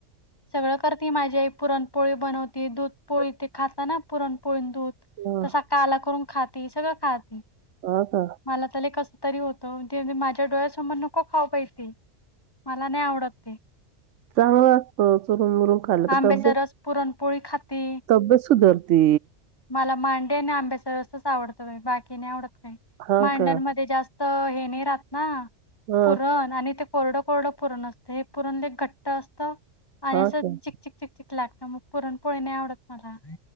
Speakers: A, on the left; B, on the right.
A: सगळं करते माझी आई पुरणपोळी बनवती दूध पोळी ते खाता ना पुरणपोळी
B: हा
A: का करून ख सगळ ख
B: हा का
A: म कस त त ते माझ्या डोळ्यासमोर नको खाऊ पाहितीे मला नाही आवडत ते.
B: चांगलं असतं चुरून मुरून खाल्लं का
A: आंबेजारस
B: तब्येत
A: पुरणपोळी खाते.
B: तब्येत सुधरती
A: मला मांडे आणि आंब्याचा रसच आवडतो बाकी नाही आवडत
B: हा
A: मांडणमध्ये
B: का
A: जास्त हे नाही राहत ना
B: हा
A: पुरण आणि कोरडं कोरडं पुरण असतं हे पुरणले घट्ट असतं आणि
B: हा
A: असं
B: का
A: चिक चिक चिक चिक लागतं मग पुरणपोळी नाही आवडत मला